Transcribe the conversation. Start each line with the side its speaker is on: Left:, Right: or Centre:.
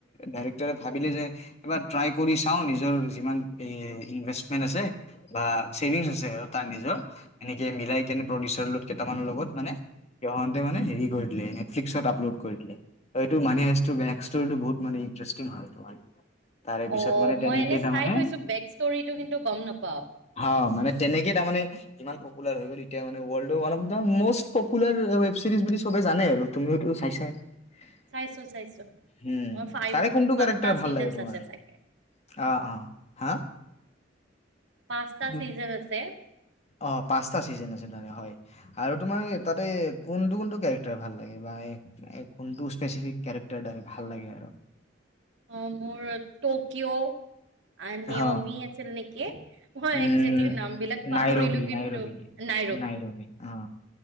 Left: ডাইৰেক্টৰে ভাবিলে যে এইবাৰ ট্ৰাই কৰি চাওঁ নিজৰ যিমান এই ইনভেস্টমেন্ট আছে বা চেৰিনজ আছে আৰু তাৰ নিজৰ এনেকে মিলাই পউিচাৰ কেইটামানৰ লগত মানে সিহঁতে মানে হেৰি কৰি দিলে নেটফ্লিক্সত আপলোড কৰি দিলে। এইটো মানে ষ্টৰিটো বহুত মানে ইটাৰেষ্টি হয় তোমাৰ। তাৰে পিছত
Right: অ',
Left: মানে তেনেকে
Right: মই এনে
Left: তাৰমানে
Right: চাই থৈছো বেক ষ্টৰিটো কিন্তু গম নাপাওঁ।
Left: হা মানে তেনেকে মানে পপুলাৰ হৈ গ'ল এতিয়া মানে world of the most popular web series চবে জানে আৰু তুমিওতো চাই চায়ে। উম,
Right: চাইছো চাইছো মই ফাইভ
Left: তাৰে কোনটো
Right: পাঁচটা
Left: কাৰক্টাৰ ভাল
Right: চিজনছ
Left: লাগে তোমাৰ?
Right: আছে চাগে
Left: আহ অ' হা?
Right: পাচঁটা
Left: দু
Right: চিজন আছে।
Left: অ', পাঁচটা চিজন আছে হয় আৰু তোমাৰ তাতে কোনটো কোনটো কেক্টাৰ ভাল লাগে বা কোনটো স্পেচিফিক কেৰেক্টাৰ ভাল লাগে আৰু।
Right: অ', মোৰ টকিঅ'। আ নিয়মি
Left: হ
Right: আছিল নেকি মই
Left: উম
Right: একজেক্টলি নাম বিলাক পাহৰিলো
Left: নাইৰবি
Right: কিন্তু
Left: নাইৰবি
Right: নাই।
Left: নাইৰবি অ'।